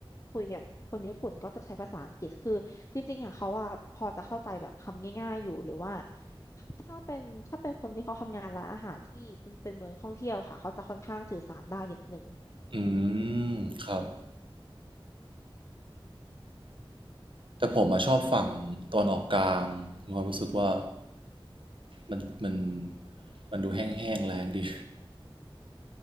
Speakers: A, on the left; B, on the right.
A: คุยกับคนญี่ปุ่นก็จะใช้ภาษาอังกฤษคือจริงๆอะเขาอะพอจะเข้าใจแบบคำง่ายๆอยู่หรือว่าถ้าเป็นถ้าเป็นคนที่เขาทำงานร้านอาหารที่เป็นเป็นเมืองท่องเที่ยวค่ะเขาจะค่อนข้างสื่อสารได้นิดนึง
B: อืมครับแต่ผมอะชอบฝั่งตอนออกกลางมีความรู้สึกว่ามันมันมันดูแห้งๆแรงดี